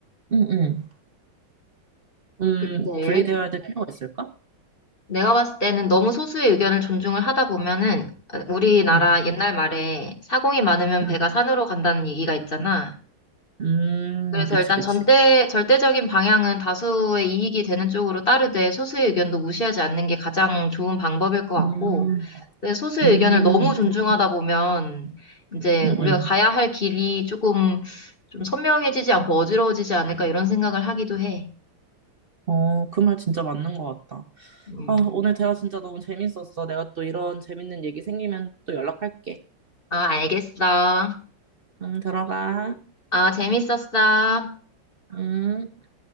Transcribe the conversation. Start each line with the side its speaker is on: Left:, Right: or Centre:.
Right: 음. 음,
Left: 글쎄,
Right: 분리되어야 될 필요가 있을까?
Left: 내가 봤을 때는 너무 소수의 의견을 존중을 하다 보면은 어, 우리나라
Right: 음,
Left: 옛날 말에 사공이 많으면
Right: 음,
Left: 배가 산으로 간다는 얘기가 있잖아.
Right: 음,
Left: 그래서
Right: 그치,
Left: 일단
Right: 그치.
Left: 전대, 절대적인 방향은 다수의 이익이 되는 쪽으로 따르되 소수의 의견도 무시하지 않는 게 가장 좋은 방법일 것 같고,
Right: 음,
Left: 근데 소수의
Right: 음,
Left: 의견을 너무 존중하다 보면 이제
Right: 음,
Left: 우리가
Right: 음.
Left: 가야 할 길이 조금 좀 선명해지지 않고 어지러워지지 않을까 이런 생각을 하기도 해.
Right: 어, 그 말 진짜 맞는 것 같다.
Left: 음.
Right: 아, 오늘 대화 진짜 너무 재밌었어. 내가 또 이런 재밌는 얘기 생기면 또 연락할게.
Left: 아, 알겠어.
Right: 응, 들어가.
Left: 아, 재밌었어.
Right: 응.